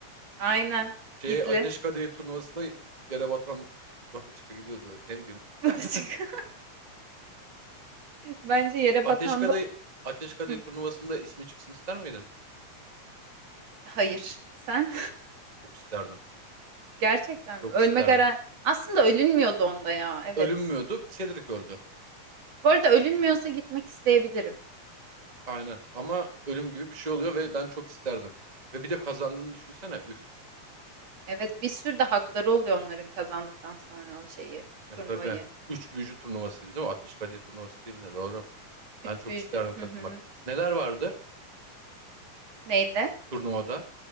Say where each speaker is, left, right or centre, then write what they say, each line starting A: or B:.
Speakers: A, on the right (about 55°); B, on the right (about 15°).
A: Aynen.
B: Şeye
A: Gizli.
B: Ateş Kadehi turnuvasına Yerebatan Bataçık'a gidiyoruz böyle. Ne bileyim.
A: <laughs> Batacık.
B: <laughs>
A: Bence yere
B: Ateş
A: batanda
B: Kadehi, Ateş Kadehi
A: Hı.
B: turnuvasında ismi çıksın ister miydin?
A: Hayır. Sen?
B: Çok isterdim.
A: <laughs> Gerçekten
B: Çok
A: mi? Ölme
B: isterdim.
A: garan... Aslında ölünmüyordu onda ya. Evet.
B: Ölünmüyordu. Cedric öldü.
A: Bu arada ölünmüyorsa gitmek isteyebilirim.
B: Aynen. Ama ölüm gibi bir şey oluyor ve ben çok isterdim. Ve bir de kazandığını düşünsene. Üf.
A: Evet, bir sürü de hakları oluyor onların kazandıktan sonra o şeyi,
B: E
A: turnuvayı.
B: tabii. Üç büyücü turnuvasıydı değil mi? Ateş Kadehi turnuvası değil de doğru.
A: Üç
B: Ben çok
A: büyücü.
B: isterdim katılmak.
A: Hı hı.
B: Neler vardı
A: Neydi?
B: turnuvada?